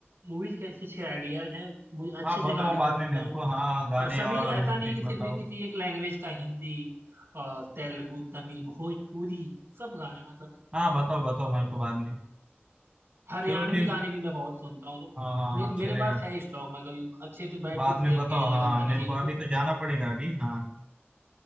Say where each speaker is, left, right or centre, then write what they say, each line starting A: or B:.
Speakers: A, on the right; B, on the right.
A: मूवीज के अच्छे अच्छे आइडियाज हैं मुझे अच्छे
B: हाँ
A: अच्छे
B: बताओ
A: गाने
B: बाद
A: मैं सुनता
B: में मेरे
A: हूँ
B: को हाँ गाने
A: और सभी
B: और
A: ऐसा
B: म्यूजिक
A: नहीं है कि
B: बताओ
A: सिर्फ ही किसी एक लैंग्वेज का हिंदी और तेलुगु तमिल भोजपुरी सब गाने मतलब
B: हाँ बताओ बताओ मेरे को बाद में
A: हरियाणवी
B: चलो फिर
A: गाने भी मैं बहुत सुनता हूँ तो
B: हाँ हाँ
A: मे,
B: हाँ,
A: मेरे
B: चलेगा
A: पास है स्टॉक मैं कभी अच्छे से बैठ
B: बाद
A: के शेयर
B: में बताओ
A: किया जाएगा
B: हाँ
A: सारी
B: मेरे
A: चीजों
B: को अभी
A: को
B: तो जाना पड़ेगा अभी हाँ